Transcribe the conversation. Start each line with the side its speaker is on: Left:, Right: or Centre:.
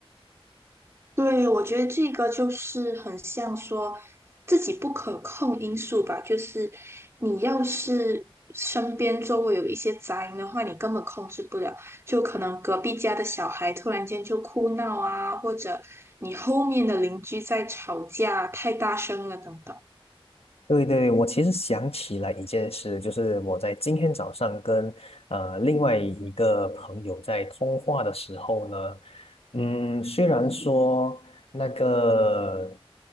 Right: 对，我觉得这个就是很像说自己不可控因素吧，就是你要是身边周围有一些杂音的话，你根本控制不了，就可能隔壁家的小孩突然间就哭闹啊，或者你后面的邻居在吵架，太大声了等等。
Left: 对对对，我其实想起了一件事，就是我在今天早上跟呃另外一个朋友在通话的时候呢，嗯，虽然说那个